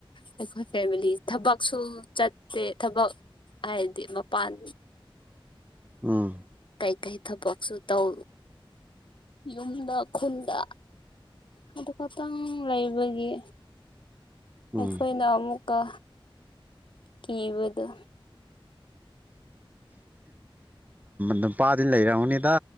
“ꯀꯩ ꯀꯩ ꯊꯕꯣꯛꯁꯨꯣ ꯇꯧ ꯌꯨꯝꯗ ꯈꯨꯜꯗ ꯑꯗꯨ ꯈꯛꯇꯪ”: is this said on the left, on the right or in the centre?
Left